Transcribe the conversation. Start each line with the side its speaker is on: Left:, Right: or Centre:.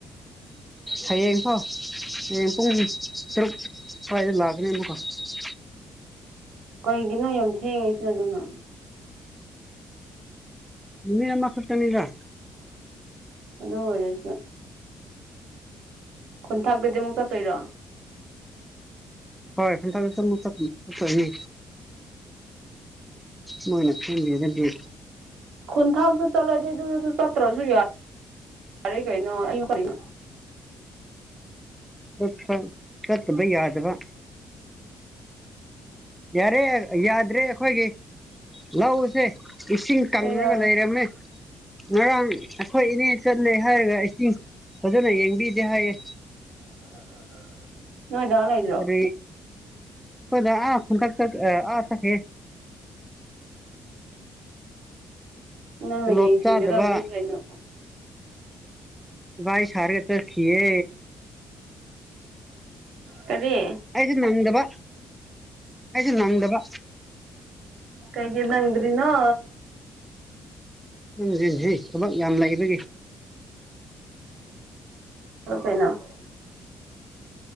Centre: ꯍꯌꯦꯡꯐꯥꯎ ꯍꯌꯦꯡ ꯄꯨꯡ ꯇꯔꯨꯛ ꯁ꯭ꯋꯥꯏꯗ ꯂꯥꯛꯀꯅꯦꯕꯀꯣ <unintelligible>
Right: ꯀꯩꯒꯤꯅꯣ ꯌꯥꯝ ꯊꯦꯡꯉꯦꯁꯤꯅ ꯑꯗꯨꯅ
Centre: ꯅꯨꯃꯤꯠ ꯑꯃ ꯈꯛꯇꯅꯤꯗ
Right: ꯑꯗꯨ ꯑꯣꯏꯔꯁꯨ ꯈꯨꯟꯊꯛꯇꯗꯤ ꯑꯃꯨꯛ ꯆꯠꯇꯣꯏꯔꯣ
Centre: ꯍꯣꯏ ꯈꯨꯟꯊꯛꯇ ꯑꯃꯨꯛ ꯆꯠꯇꯣꯏꯅꯤ ꯑꯈꯣꯏꯅꯤ ꯃꯣꯏꯅ ꯁꯦꯝꯕꯤꯔꯒꯗꯤ
Right: ꯈꯨꯟꯊꯡꯇ ꯆꯠꯂꯗꯤ ꯑꯗꯨꯗꯁꯨ ꯆꯠꯇ꯭ꯔꯁꯨ ꯌꯥꯏ ꯌꯥꯔꯦ ꯀꯩꯅꯣ <unintelligible>
Centre: ꯎꯝ <unintelligible> ꯆꯠꯇꯕ ꯌꯥꯗꯕ ꯌꯥꯔꯦ ꯌꯔ ꯌꯥꯗ꯭ꯔꯦ ꯑꯩꯈꯣꯏꯒꯤ ꯂꯧꯁꯦ ꯏꯁꯤꯡ ꯀꯪꯉꯒ
Right: ꯀꯩꯗꯧꯔꯦ
Centre: ꯂꯩꯔꯝꯃꯦ ꯉꯔꯥꯡ ꯑꯩꯈꯣꯏ ꯏꯅꯦ ꯆꯠꯂꯦ ꯍꯥꯏꯔꯒ ꯏꯁꯤꯡ ꯐꯖꯅ ꯌꯦꯡꯕꯤꯗꯦ ꯍꯥꯏꯌꯦ
Right: <unintelligible> ꯅꯣꯢꯗꯥ ꯂꯩꯏ
Centre: ꯀꯔꯤ ꯀꯣꯏꯗ ꯑꯥ ꯈꯨꯟꯗꯛꯇ ꯑꯥ ꯆꯠꯈꯤ
Right: ꯅꯪꯅ
Centre: ꯇꯣꯂꯣꯞ
Right: ꯌꯦꯡ ꯁꯦꯡꯒꯗꯕꯅꯤ
Centre: ꯆꯥꯗꯕ
Right: ꯀꯩꯅꯣ
Centre: ꯁꯤꯚꯥꯏ ꯁꯔꯒ ꯆꯠꯈꯤꯌꯦ
Right: ꯀꯔꯤ
Centre: ꯑꯩꯁꯨ ꯅꯪꯗꯕ ꯑꯩꯁꯨ ꯅꯪꯗꯕ
Right: ꯀꯩꯒꯤ ꯅꯪꯗ꯭ꯔꯤ ꯅꯣ
Centre: ꯎꯝꯖꯤ ꯖꯤ ꯊꯕꯛ ꯌꯥꯝ ꯂꯩꯕꯒꯤ
Right: <unintelligible>